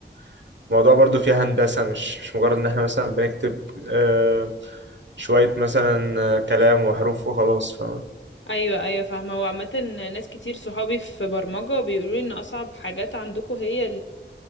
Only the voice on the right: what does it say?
فالموضوع برضو فيها هندسة مش مش مجرد إن احنا مثلا بنكتب آه، شوية مثلا آه، كلام وحروف وخلاص فاهمة